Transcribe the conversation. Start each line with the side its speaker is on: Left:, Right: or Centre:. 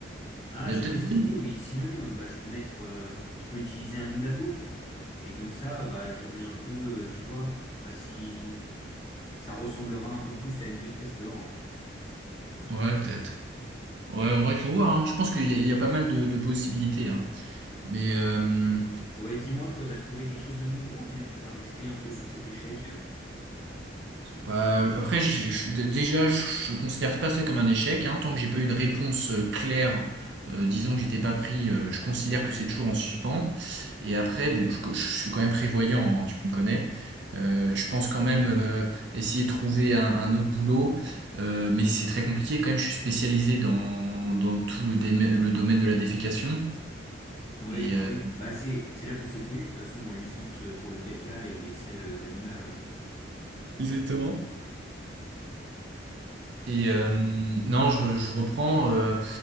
Left: Ah,
Right: Il
Left: je
Right: y a peut-être
Left: peux essayer,
Right: moyen.
Left: oui. Sinon, euh, bah, je peux mettre, euh, je peux utiliser un moule à gaufres. Et comme ça, bah, j'aurai un peu, euh, tu vois, enfin si ça ressemblera un peu plus à une queue de castor.
Right: Ouais, peut-être. Ouais, en vrai, il faut voir, hein. Je pense qu'il y, a il y a pas mal de, de possibilités, hein. Mais, euh,
Left: Bon, et dis-moi, toi, t'as trouvé quelque chose de nouveau ou bien tu vas rester un peu sur cet échec?
Right: Bah, après, je- je- d- déjà, je, je considère pas ça comme un échec, hein. Tant que j'ai pas eu de réponse euh, claire, euh, disant que j'étais pas pris, euh, je considère que c'est toujours en suspens. Et après, bon, je, je suis quand même prévoyant, hein, tu me connais. Euh, je pense quand même euh, essayer de trouver un, un autre boulot, euh, mais c'est très compliqué quand même. Je suis spécialisé dans, dans tout le, déme- le domaine de la défécation.
Left: Oui,
Right: Et,
Left: bah
Right: euh,
Left: oui. Bah c'est c'est là qu'on s'est connus de toute façon en licence pour le caca et les selles animales. hein.
Right: Exactement. Et euh, non, je, je reprends. Euh,